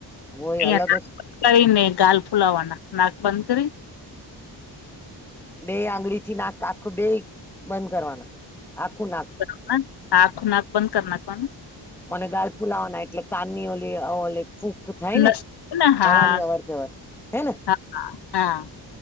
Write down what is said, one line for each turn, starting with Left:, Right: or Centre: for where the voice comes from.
Centre: હોય
Left: અહિયાં
Centre: અલગ જ?
Left: કરીને ગાલ ફુલાવાના નાક બંધ કરી.
Centre: બે આંગળી થી નાક આખું બે બંધ કરવાનું આખું નાક.
Left: ના નાાક નાક બંધ કરના પણ
Centre: મ ગળ ફુલાવાના એટલે કાની ઓ ઓ ફૂક થાય
Left: નસ
Centre: ને
Left: ને હા
Centre: હવાની અવાર જવર હે ને.
Left: હા હા.